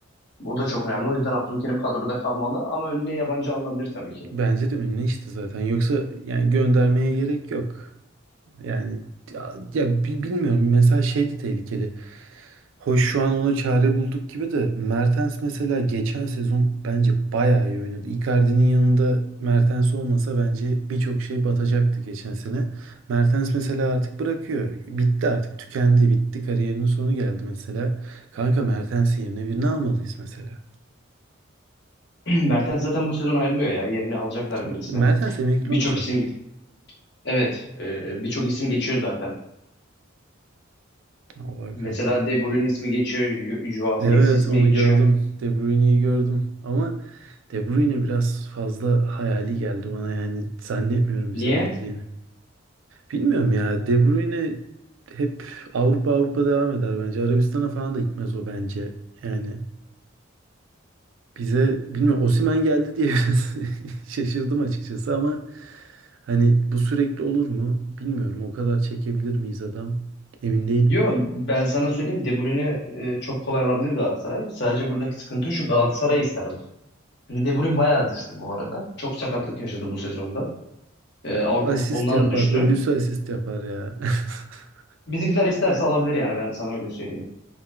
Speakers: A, on the left; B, on the right.
A: Bu da çok önemli. O yüzden Abdülkerim kadroda kalmalı ama önüne yabancı alınabilir tabii ki.
B: Bence de önüne işte zaten. Yoksa yani göndermeye gerek yok. Yani ya, ya bi- bilmiyorum. Mesela şey de tehlikeli. Hoş şu an ona çare bulduk gibi de Mertens mesela geçen sezon bence bayağı iyi oynadı. Icardi'nin yanında Mertens olmasa bence birçok şey batacaktı geçen sene. Mertens mesela artık bırakıyor. Bitti artık, tükendi, bitti. Kariyerinin sonu geldi mesela. Kanka Mertens'in yerine birini almalıyız mesela.
A: <clears throat> Mertens zaten bu sezon ayrılıyor ya. yerini alacaklar
B: T-
A: birisi.
B: Mertens emekli
A: Birçok
B: olacak.
A: isim evet e, birçok isim geçiyor zaten.
B: Allah
A: Mesela
B: kanka.
A: De Bruyne ismi geçiyor. Jo- Joao Felix
B: Evet
A: ismi
B: onu
A: geçiyor.
B: gördüm. De Bruyne'yi gördüm. Ama De Bruyne biraz fazla hayali geldi bana yani zannetmiyorum bize
A: Niye?
B: geleceğini. Bilmiyorum ya. De Bruyne hep Avrupa Avrupa devam eder bence. Arabistan'a falan da gitmez o bence. Yani bize bilmiyorum Osimhen geldi diye <laughs> biraz şaşırdım açıkçası ama hani bu sürekli olur mu bilmiyorum. O kadar çekebilir miyiz adam? Emin değilim.
A: Yo ben sana söyleyeyim De Bruyne e, çok kolay alabilir Galatasaray. Sadece buradaki sıkıntı şu Galatasaray ister. Şimdi De Bruyne bayağı düştü bu arada. Çok sakatlık yaşadı bu sezonda. Ee,
B: Ya
A: Avrupa
B: asist
A: futbolundan
B: yapar,
A: da düştü.
B: ölüsü asist yapar ya. <laughs>
A: Bizimkiler isterse alabilir yani ben sana öyle söyleyeyim.